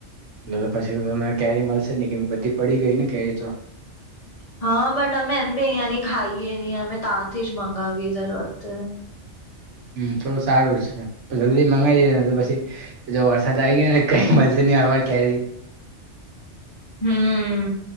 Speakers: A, on the right; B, on the left.
A: એટલે તો પછી મને કેરી મળશે ને કે બધી પડી ગઈ ને કેરી તો
B: હા બટ અમે એમી અહયાની ખાઈએ નહી અમે ત્યાથી જ મંગાવીએ દર વખતે
A: હમ થોડું સારું છે જલ્દી મંગાવી દેને તો પછી બ સદ ગ કઈ મસની આવાજ કે્યારે
B: હમ